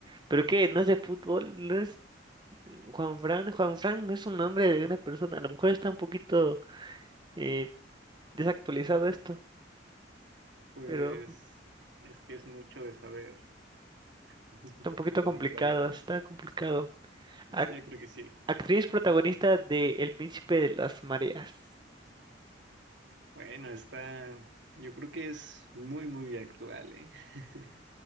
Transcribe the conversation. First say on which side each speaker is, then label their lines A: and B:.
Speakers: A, on the right; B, on the right.
A: ¿Pero qué? ¿No es de fútbol? ¿No es Juan Fran? Juan Fran no es un nombre de una persona. A lo mejor está un poquito eh, desactualizado esto,
B: Pues
A: pero
B: es que es mucho de saber <laughs>
A: está un poquito
B: de
A: complicado.
B: historia.
A: Está complicado. Ac-
B: Yo creo que sí.
A: actriz protagonista de El Príncipe de las Mareas.
B: Bueno, está, yo creo que es muy, muy actual, ¿eh? <laughs>